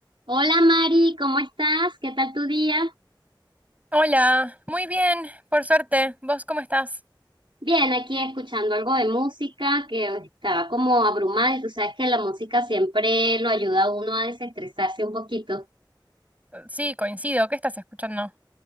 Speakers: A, on the right; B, on the right.
A: Hola Mari, ¿cómo estás? ¿Qué tal tu día?
B: Hola, muy bien, por suerte. ¿Vos cómo estás?
A: Bien, aquí escuchando algo de música que estaba como abrumada y tú sabes que la música siempre lo ayuda a uno a desestresarse un poquito.
B: Eh, Sí, coincido. ¿Qué estás escuchando?